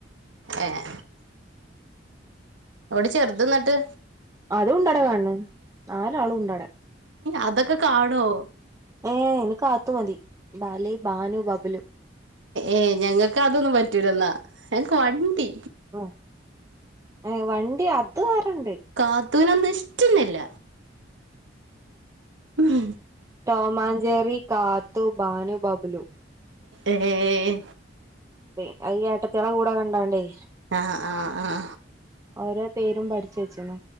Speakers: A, on the right; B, on the right.
A: ഏഹ് എവ്ടെ ചെർത് ന്ന്ട്ട്
B: അതും ഉണ്ടട അവ്ടെ കാൺണ് നാലാളും ഉണ്ടടെ
A: അതൊക്കെ കാണുവോ
B: ഏ അയ്ന് കാത്തു മതി ബാലി ബാനു ബബുലു
A: ഏയ് ഞങ്ങക്ക് അതൊന്നും പറ്റൂലെന്നാ ഞങ്ങക്ക് വണ്ടി
B: ആ ഏ വണ്ടി അത് വേറെണ്ട്
A: കാത്തുനെ ഒന്നും ഇഷ്ട്ടെന്നെല്ല ഉം
B: ടോമാഞ്ചേറി കാത്തു ബാനു ബബ്ലു
A: ഏഹ്
B: ഏയ് അത് ഏട്ടത്യേളെ കൂടെ കണ്ടാണ്ടേയ്
A: ആഹ് ആഹ് ആഹ്
B: ഓരോ പേരും പഠിച്ച് വെച്ച്ണു